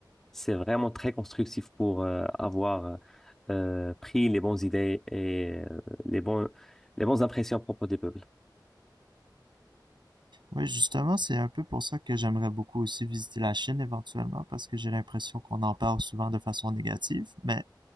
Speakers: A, in the centre; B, on the right.
A: c'est vraiment très constructif pour euh, avoir euh, pris les bonnes idées et euh, les bons, les bonnes impressions à propos des peuples.
B: Oui, justement, c'est un peu pour ça que j'aimerais beaucoup aussi visiter la Chine éventuellement, parce que j'ai l'impression qu'on en parle souvent de façon négative, mais